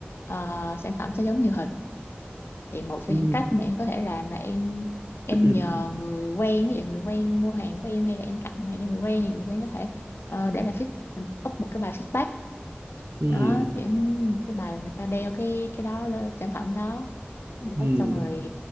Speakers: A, on the left (about 75°); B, on the right (about 65°).
A: ờ, sản phẩm sẽ giống như hình thì một trong
B: ừ.
A: những cách mà em có thể làm là em em
B: <clears throat>
A: nhờ người quen ví dụ người quen mua hàng của em hay là em tặng hàng cho người quen thì người quen có thể ờ, để là feed up một cái bài feedback
B: Ừ.
A: đó kiểu cái bài là người ta đeo cái cái đó lên sản phẩm đó Đó,
B: Ừ.
A: xong rồi